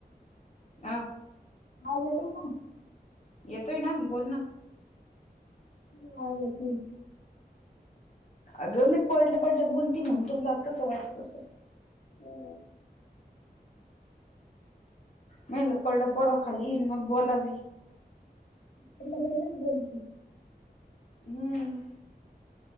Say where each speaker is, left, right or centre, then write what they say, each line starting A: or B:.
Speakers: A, on the left; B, on the left.
A: आ.
B: आ जेत ना.
A: येतोय ना बोल ना.
B: ह् आत
A: अगं मी पडलं पडलं बोलती म्हणून तुला जातसं वाटत असेल
B: हो.
A: मी म्हनल पडड पड खाली मग बोलावी.
B: तला पहिलाच बोल.
A: हम्म.